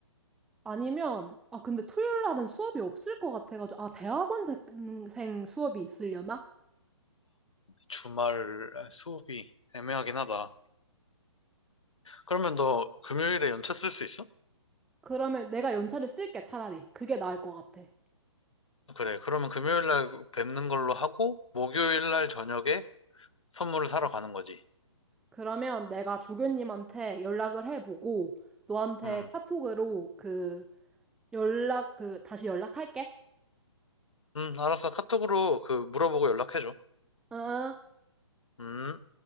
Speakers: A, in the centre; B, on the left.
A: 아니면, 아, 근데 토요일 날은 수업이 없을 것 같아가지고, 아, 대학원생 수업이 있으려나?
B: 주말 수업이 애매하긴 하다. 그러면 너 금요일에 연차 쓸 수 있어?
A: 그러면 내가 연차를 쓸게, 차라리. 그게 나을 것 같아.
B: 그래, 그러면 금요일 날 뵙는 걸로 하고, 목요일 날 저녁에 선물을 사러 가는 거지.
A: 그러면 내가 조교님한테 연락을 해보고, 너한테
B: 음,
A: 카톡으로 그 연락, 그, 다시 연락할게.
B: 음, 알았어. 카톡으로 그 물어보고 연락해줘.
A: 응? 응.
B: 음.